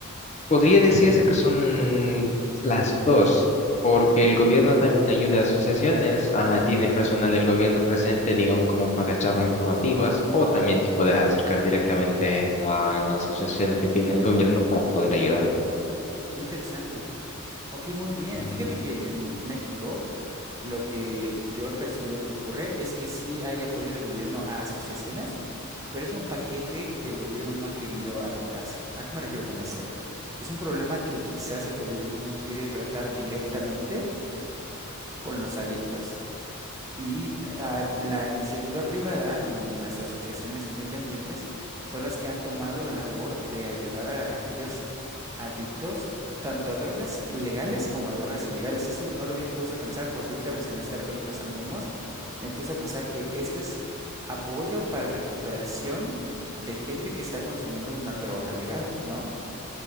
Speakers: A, on the left (about 30°); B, on the right (about 15°).
A: podría decirse que son las dos.
B: Ok.
A: que el gobierno también ayuda a asociaciones, ah, tienen personal del gobierno presente, digamos, como para charlas informativas, o también te puedes acercar directamente a en las asociaciones que tiene el gobierno para poder ayudar.
B: Qué interesante. Ok, muy bien.
A: Ujú.
B: Fíjate que en México lo que yo he percibido que ocurre es que sí hay apoyo del gobierno a asociaciones, pero es un paquete que el gobierno no ha querido aventarse. ¿A qué me refiero con esto? Es un problema que quizás el gobierno no quiere tratar directamente con los adictos. Y ah, la iniciativa privada y las asociaciones independientes son las que han tomado la labor de ayudar a aquellos adictos tanto a drogas legales como a drogas ilegales. Eso no lo había puesto a pensar porque ahorita mencionaste Alcohólicos Anónimos y me puse a pensar que eso es apoyo para recuperación de gente que está consumiendo una droga legal, ¿no?